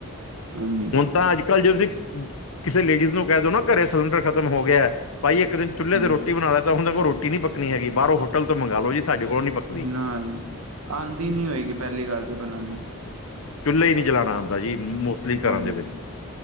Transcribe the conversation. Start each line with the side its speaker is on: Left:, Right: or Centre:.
Right: ਹਾਂਜੀ।
Left: ਹੁਣ ਤਾਂ ਅਜ-ਕਲ ਜੇ ਤੁਸੀ, ਕਿਸੇ ਲੇਡੀਜ਼ ਨੂੰ ਕਹਿ ਦੋ ਨਾ ਘਰੇ ਸਿਲੰਡਰ ਖਤਮ ਹੋ ਗਿਆ ਭਾਈ, ਇਕ ਦਿਨ ਚੁੱਲੇ
Right: ਹਾਂਜੀ
Left: ਤੇ ਰੋਟੀ ਬਣਾ ਲਾ ਤਾਂ ਉਹਨਾਂ ਕੋ ਰੋਟੀ ਨੀ ਪੱਕਣੀ ਹੈਗੀ, ਬਾਹਰੋਂ ਤੋਂ ਮੰਗਵਾ ਲਓ ਜੀ ਸਾਡੇ ਕੋਲੋਂ ਨੀ ਪੱਕਦੀ।
Right: ਨਾ ਈ, ਆਂਦੀ ਨੀ ਹੋਏਗੀ ਪਹਿਲੀ ਗੱਲ ਤੇ ਬਨਾਨੀ।
Left: ਚੁੱਲ੍ਹੇ ਈ ਨਹੀਂ ਜਲਾਣਾ ਆਂਦਾ ਜੀ, ਮੋਸਟਲੀ
Right: ਹਾਂਜੀ
Left: ਘਰਾਂ ਦੇ ਵਿਚ।